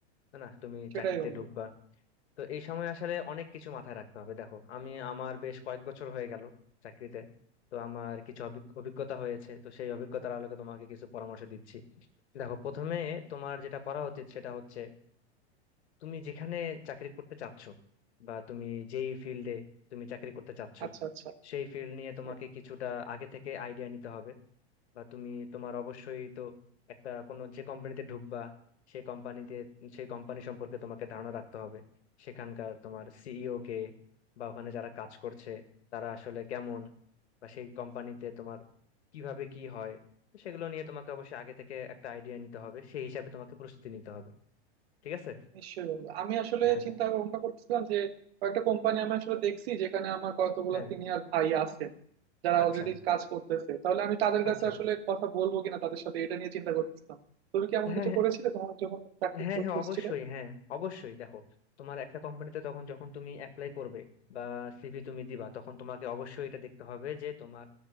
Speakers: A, on the left; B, on the right.
A: তাই না তুমি
B: সেটাই
A: চাকরিতে
B: বন্ধু
A: ঢুকবা তো এই সময় আসলে অনেক কিছু মাথায় রাখতে হবে দেখো আমি আমার বেশ কয়েক বছর হয়ে গেল চাকরিতে তো আমার কিছু অভিজ্ঞ- অভিজ্ঞতা হয়েছে তো সেই অভিজ্ঞতার আলোকে তোমাকে কিছু পরামর্শ দিচ্ছি দেখো প্রথমে তোমার যেটা করা উচিত সেটা হচ্ছে তুমি যেখানে চাকরি করতে চাচ্ছ বা তুমি যেই ফিল্ডে তুমি চাকরি করতে চাচ্ছ
B: আচ্ছা আচ্ছা
A: সেই ফিল্ড নিয়ে তোমাকে
B: হ্যাঁ
A: কিছুটা আগে থেকে আইডিয়া নিতে হবে বা তুমি তোমার অবশ্যই তো একটা কোনো যে কোম্পানিতে ঢুকবা সেই কোম্পানিতে সেই কোম্পানি সম্পর্কে তোমাকে ধারণা রাখতে হবে সেখানকার তোমার সিইও কে বা ওখানে যারা কাজ করছে তারা আসলে কেমন বা সেই কোম্পানিতে তোমার কিভাবে কি হয় সেগুলো নিয়ে তোমাকে অবশ্যই আগে থেকে একটা আইডিয়া নিতে হবে সেই হিসাবে তোমাকে প্রস্তুতি নিতে হবে ঠিক আছে
B: নিশ্চয়ই বন্ধু আমি আসলে
A: হ্যাঁ
B: চিন্তা ভাবনা করতেছিলাম যে কয়েকটা কোম্পানি আমি আসলে দেখছি যেখানে আমার কতগুলো
A: হ্যাঁ
B: সিনিয়র ভাই আছেন যারা
A: আচ্ছা
B: অলরেডি কাজ করতেছে তাহলে আমি তাদের
A: আচ্ছা
B: কাছে আসলে কথা বলবো কিনা তাদের সাথে এটা নিয়ে চিন্তা করতেছিলাম তুমি কি এমন
A: হ্যাঁ
B: কিছু
A: হ্যাঁ
B: করেছিলে তোমার যখন চাকরি
A: হ্যাঁ হ্যাঁ
B: খুঁজছিলে
A: অবশ্যই হ্যাঁ অবশ্যই দেখো তোমার একটা কোম্পানিতে তখন যখন তুমি অ্যাপ্লাই করবে বা সিভি তুমি দিবা তখন তোমাকে অবশ্যই এটা দেখতে হবে যে তোমার